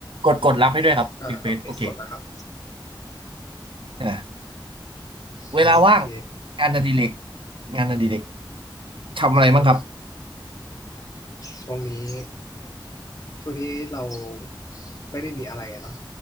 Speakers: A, on the right; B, on the left.
A: กดกดรับให้ด้วยครับรีเควสโอเค
B: อ่าโอเคกดแล้วครับ
A: อ่ะเวลาว่าง
B: โอเค
A: งานอดิเรกงานอดิเรกทำอะไรบ้างครับ
B: โอ้ช่วงนี้ช่วงนี้เราไม่ได้มีอะไรอะเนาะ